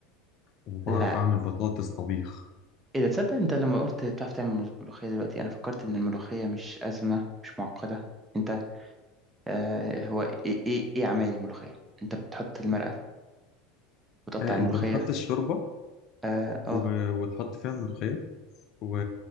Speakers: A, on the left (about 45°); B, on the right (about 15°).
A: وبعرف
B: لا
A: اعمل بطاطس طبيخ
B: ايه ده تصدق انت لما قلت بتعرف تعمل ملوخية دلوقتي انا فكرت ان الملوخية مش أزمة مش معقدة انت آه هو ايه ايه ايه عمايل الملوخية انت بتحط المرقة وتقطع
A: آه
B: الملوخية
A: انت بتحط الشوربه
B: اه اه
A: و... وتحط فيها الملوخيه و...